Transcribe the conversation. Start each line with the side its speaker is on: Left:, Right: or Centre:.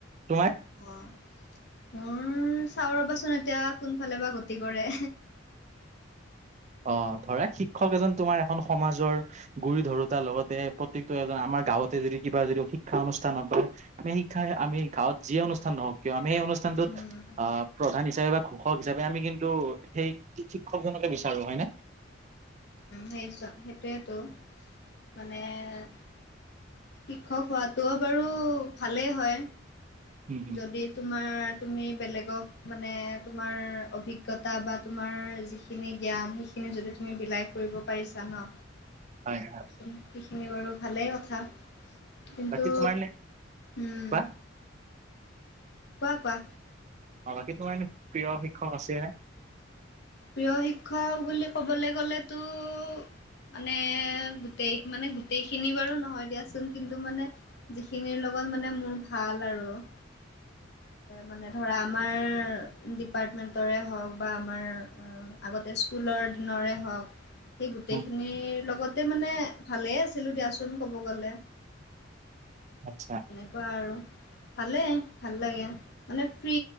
Right: তোমাৰ
Left: অহ, মোৰ চাও ৰবাচোন এতিয়া কোনফালে বা গতি কৰে।
Right: অ ধৰা শিক্ষক এজন তোমাৰ এখন সমাজৰ- গুৰি ধৰোতাৰ লগতে প্ৰত্যেকটো এজন আমাৰ গাঁৱতে যদি কিবা যদি শিক্ষা অনুষ্ঠান নাপাই- আমি শিক্ষাই আমি গাঁৱত যিয়ে অনুষ্ঠান নহওক কিয় আমি সেই অনুষ্ঠানটোত-
Left: উম
Right: অ প্ৰধান হিচাপে বা ঘোষক হিচাপে আমি কিন্তু সেই শিক্ষকজনকে বিচাৰো হয় ন?
Left: সেইচোৱা সেইটোৱেতো, মানে- শিক্ষক হোৱাতটো বাৰু ভালেই হয়,
Right: উম হম
Left: যদি- তোমাৰ তুমি বেলেগক মানে তোমাৰ অভিজ্ঞতা - অভিজ্ঞতা বা তোমাৰ যিখিনি জ্ঞান সেইখিনি যদি তুমি বিলাই- কৰিব পাৰিছা ন,
Right: হয় হয়
Left: সেইখিনি বাৰু ভালেই কথা। কিন্তু,
Right: বাকী তোমাৰ নে
Left: উম।
Right: বা
Left: কোৱা কোৱা?
Right: অঁ বাকী তোমাৰ, এনে প্ৰিয় শিক্ষক আছে নে?
Left: প্ৰিয় শিক্ষক বুলি ক'বলৈ গ'লেতো- মানে গোটেই মানে গোটেইখিনি বাৰু নহয় দিয়াচোন কিন্তু মানে- যিখিনিৰ লগত মানে মোৰ ভাল আৰু- মানে ধৰা আমাৰ ডিপাৰ্টমেণ্টৰে হওক বা আমাৰ- আগতে স্কুলৰ দিনৰে হওক, সেই গোটেইখিনিৰ
Right: উম
Left: লগত- তাতে মানে ভালে আছিলো দিয়াচোন কব গ'লে।
Right: আচ্ছা।
Left: কোৱা আৰু? ভালে ভাল লাগে- মানে ফ্ৰী